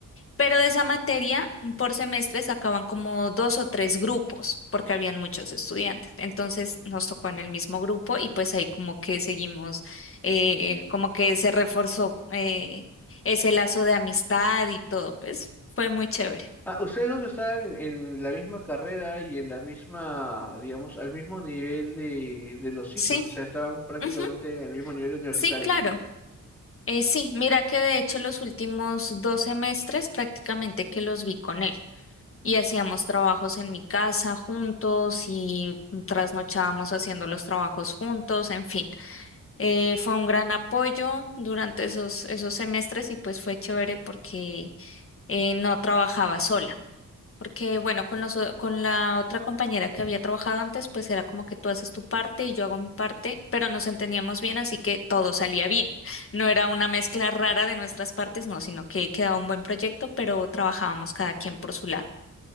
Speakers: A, on the left; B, in the centre.
A: Pero de esa materia, por semestre sacaban como dos o tres grupos, porque habían muchos estudiantes. Entonces nos tocó en el mismo grupo y pues ahí como que seguimos, eh, como que se reforzó eh, ese lazo de amistad y todo, pues fue muy chévere.
B: Ah, ustedes dos están en la misma carrera y en la misma, digamos, al mismo nivel de, de los ciclos,
A: Sí,
B: o sea, estaban prácticamente
A: ujú,
B: al mismo nivel universitario.
A: Sí, claro. Eh, sí, mira que de hecho los últimos dos semestres prácticamente que los vi con él. Y hacíamos trabajos en mi casa juntos y trasnochábamos haciendo los trabajos juntos, en fin. Eh, fue un gran apoyo durante esos, esos semestres y pues fue chévere porque eh, no trabajaba sola. Porque bueno, con los o- con la otra compañera que había trabajado antes, pues era como que tú haces tu parte y yo hago mi parte, pero nos entendíamos bien, así que todo salía bien. No era una mezcla rara de nuestras partes, no, sino que quedaba un buen proyecto, pero trabajábamos cada quien por su lado.